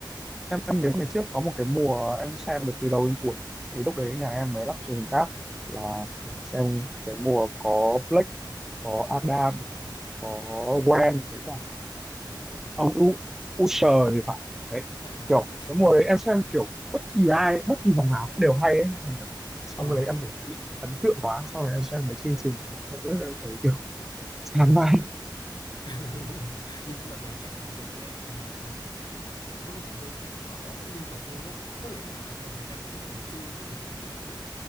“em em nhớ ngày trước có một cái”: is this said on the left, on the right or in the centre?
Centre